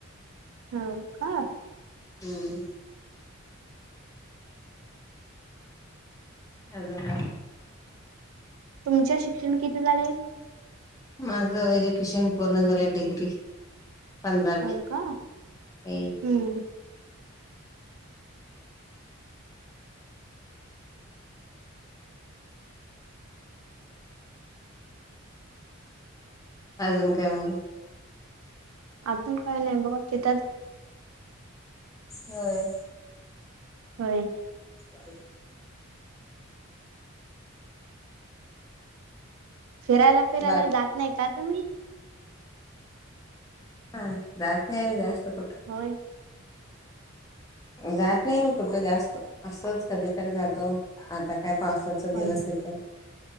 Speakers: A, on the right; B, on the left.
A: हो का
B: हम्म अजून काय मग
A: तुमच्या शिक्षण किती झालंय
B: माझ एज्युकेशन पूर्ण झालं डिग्री. पधरावी
A: होय का
B: ते,
A: हम्म
B: अजून काय मग
A: अजून काही नाही बघा तिथ
B: होय
A: होय
B: अ
A: फिरायला फिरायला
B: बाकी
A: जात नाही का तुम्ही
B: हा रात्री आमही जास्त पुठ
A: होय
B: जात नाही मी कुठतं जास्त असंच कधी तर जातो आता काय पावसाचा
A: होय
B: दिवस येत